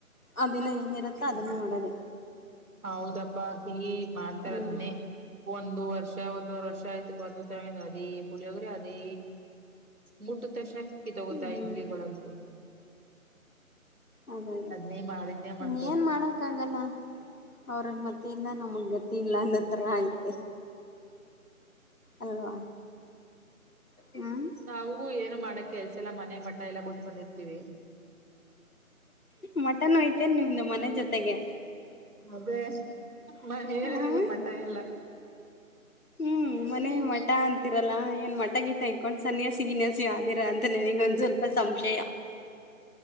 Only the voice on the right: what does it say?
ಅದ <unintelligible>
ಹೌದಪ್ಪಾ ಹ ಮಾಡ್ತಾರದ್ನನೆ
ಒಂದು ವರ್ಷ ಒಂದುವರೆ ವರ್ಷ ಆಯ್ತು ಬಂದ ತಮ ಅದೀ ಪುಳಿಯೋಗ್ರಿ ಅದೀ ಮುಟ್ಟು ತಕ್ಷಣಕ್ಕಿ ತಗುತ್ತಾ
ಇಡ್ಲಿಗಳಂತೂ
ಅದ್ನೇ ಮಾಡಿದ್ನೇ
ಮಾಡ್ಬಾರ್ದು
ನಾವಗೂ ಏನು ಮಾಡಕ್ ಕೆಲ್ಸ ಎಲ್ಲ ಮನೆ ಮಠ ಎಲ್ಲಾ ಬಿಟ್ಟು ಬಂದಿರ್ತೀವಿ
ಅದೇ ಮನೆ
ಮಠ ಎಲ್ಲ